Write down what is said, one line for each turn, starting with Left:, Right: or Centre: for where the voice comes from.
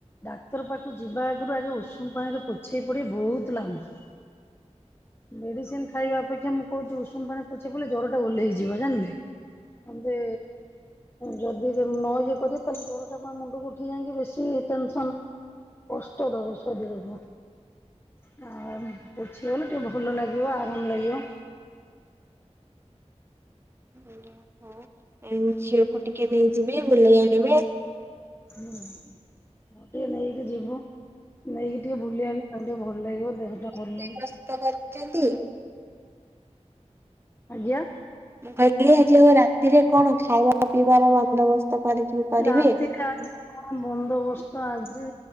Left: ଡାକ୍ତର ପାଖକୁ ଯିବା ଆଗରୁ ଆଗେ ଉଷୁମ ପାଣି ରେ ପୋଛେଇ ପଡିବ ବହୁତ ଲାମ୍ଭ
Right: <inaudible>
Left: ମେଡିସିନ ଖାଇବା ଅପେକ୍ଷା ମୁଁ କହୁଚି ଉଷୁମ ପାଣିରେ ପୋଛି ହୋଇ ପଲେ ଜର ଟା ଓହ୍ଲଇଯିବ ଜାଣିଲେ। ହଁ ଯେ ଯିଏ ଯେ ନ ଇଏ କରି ତାଲେ ଜରଟା ପୁରା ମୁଣ୍ଡକୁ ଉଠି ଯାଇକି ବେଶୀ ଟେନସନ। କଷ୍ଟ ଦେବ ଶରୀରକୁ ଆ ପଛିହେଇଗଲେ ଟିକେ ଭଲ ଲାଗିବ ଆରାମ ଲାଗିବ।
Right: ବହୁତ୍ ପେଇଁନ ହଉଚି, ଅଳ୍ପ ଟିକେ ନେଇଯିବି ବୁଲେଇ ଆଣିବେ।
Left: ହୁଁ ମୁ ଟିକେ ନେଇକି ଯିବୁ। ନେଇକି ଟିକେ ବୁଲେଇ ଆଣିଲେ ଆଉ ଟିକେ ଭଲ ଲାଗିବ। ଦେହଟା
Right: <unintelligible>
Left: ଭଲ ନାହିଁ
Right: କରଛନ୍ତି?
Left: ଆଜ୍ଞା।
Right: ମୁ କହିଲି ଆଜି ଆଉ କଣ ରାତିରେ କଣ ଖାଇବା ପିଇବାର ବନ୍ଦୋବସ୍ତ? କରିକି କରିବେ?
Left: ରାତି ଆ କଣ ବନ୍ଦୋବସ୍ତ ଆଜି